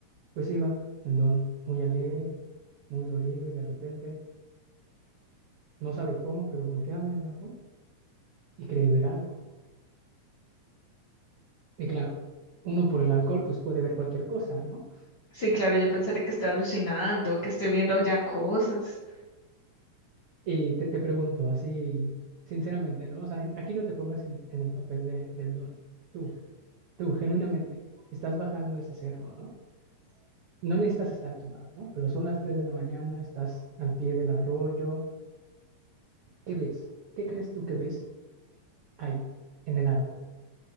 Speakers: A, on the right; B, on the left.
A: Pues iba el don muy alegre, muy dolido y de repente no sabe cómo, pero voltea a ver el árbol y cree ver algo. Y claro, uno por el alcohol pues puede ver cualquier cosa, ¿no?
B: Sí, claro, yo pensaré que estoy alucinando, que estoy viendo ya cosas.
A: Y te, te pregunto así, sinceramente, ¿no? O sea, en- aquí no te pongas en el, en el papel de- del don. Tú, tú genuinamente, estás bajando ese cerro, ¿no? No necesitas estar tomada, ¿no? Pero son las 3 de la mañana, estás al pie del arroyo. ¿Qué ves? ¿Qué crees tú que ves ahí, en el árbol?